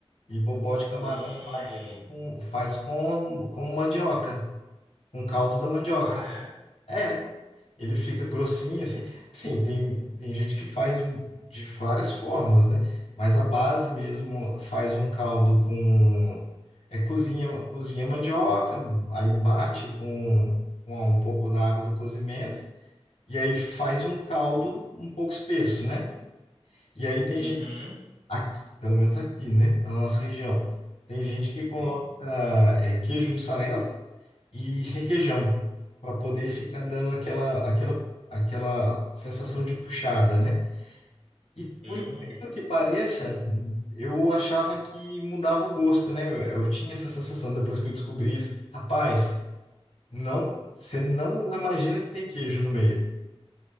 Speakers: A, on the left; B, on the right.
A: E bobó de camarão
B: Hum.
A: faz com, faz com, com mandioca, com caldo da mandioca.
B: Ah, é?
A: é. Ele fica grossinho, assim. Assim, tem, tem gente que faz um, de várias formas, né? Mas a base mesmo faz um caldo com. É cozinha, cozinha mandioca, aí bate com, com um pouco da água do cozimento, e aí faz um caldo um pouco espesso, né? E aí tem
B: Uhum.
A: gente, aqui, pelo menos aqui, né? Na nossa região, tem gente que
B: Sim.
A: coloca é, queijo mussarela e requeijão, para poder ficar dando aquela, aquela, aquela sensação de puxada, né? E
B: Hum.
A: por incrível que pareça, eu achava que mudava o gosto, né? Eu, eu tinha essa sensação depois que eu descobri isso. Rapaz, não, você não imagina que tem queijo no meio.